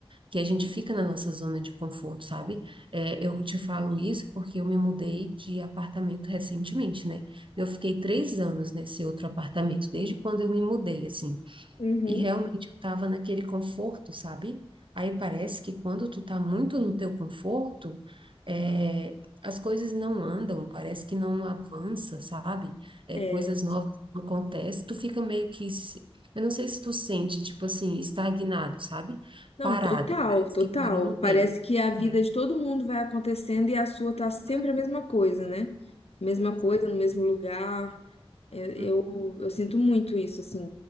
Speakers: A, on the right; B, on the left.
A: que a gente fica na nossa zona de conforto, sabe? É, eu te falo isso porque eu me mudei de apartamento recentemente, né? Eu fiquei três anos nesse outro apartamento, desde quando eu me mudei, assim.
B: Uhum.
A: E realmente eu estava naquele conforto, sabe? Aí parece que quando tu tá muito no teu conforto, é, as coisas não andam, parece que não avança, sabe? É,
B: É.
A: coisas novas não acontecem, tu fica meio que, se- eu não sei se tu sente, tipo assim, estagnado, sabe?
B: Não,
A: Parado,
B: total,
A: parece
B: total.
A: que parou no
B: Parece
A: tempo.
B: que a vida
A: É.
B: de todo mundo vai acontecendo e a sua tá sempre
A: Hum,
B: a mesma coisa, né? Mesma
A: sempre a mesma
B: coisa,
A: coisa.
B: no mesmo lugar. Eu, eu,
A: Hum,
B: eu sinto muito isso, assim.